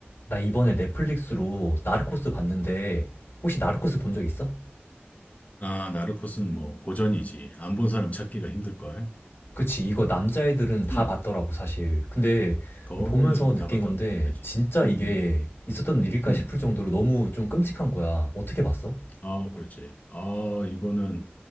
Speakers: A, on the left (about 60°); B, on the left (about 35°).
A: 나 이번에 넷플릭스로 나르코스 봤는데 혹시 나르코스 본 적 있어?
B: 아, 나르코스는 뭐 고전이지. 안 본 사람 찾기가 힘들걸.
A: 그치, 이거 남자애들은 다
B: 응.
A: 봤더라고, 사실. 근데
B: 거의
A: 보면서 느낀
B: 다 봤다고
A: 건데
B: 보면 되지.
A: 진짜
B: 음.
A: 이게
B: 음.
A: 있었던 일일까
B: 음.
A: 싶을 정도로 너무 좀 끔찍한 거야. 어떻게 봤어?
B: 아, 그렇지. 아, 이거는